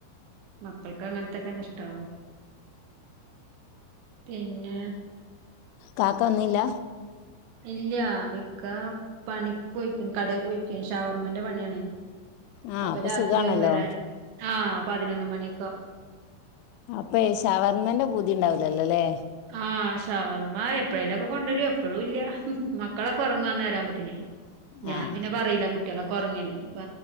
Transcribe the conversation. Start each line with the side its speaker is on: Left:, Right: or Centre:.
Right: മക്കൾക്ക് അങ്ങൻത്തെക്കെന്നെ ഇഷ്ടവും പിന്നെ
Left: കാക്കവന്നില്ല
Right: ഇല്ല ഇക്ക പണി പോയിക്കണ് കടെ പോയിക്ക ഷവർമെന്റെ പണിയാണ്
Left: ആഹ്
Right: അപ്പൊ രാത്രിയാവും
Left: സുഖാണല്ലോ
Right: വരാൻ ആഹ് പതിനൊന്ന് മണി
Left: അപഴെ ഷവർമെന്റെ പൂതി ഉണ്ടാവലല്ലോല്ലേ
Right: ആഹ് ഷവർമ്മ എപ്പഴേലുക്കെ കൊണ്ടുവരും എപ്പഴും ഇല്ല മക്കളൊക്കെ ഉറങ്ങാന് നേരം ആകുമ്പാതെന്ഞാൻ
Left: ആഹ്
Right: പിന്നെ പറയില്ല കുട്ട് കുട്ടികളൊക്കെ ഉറങ്ങിയല്ലേ ഇനിപ്പ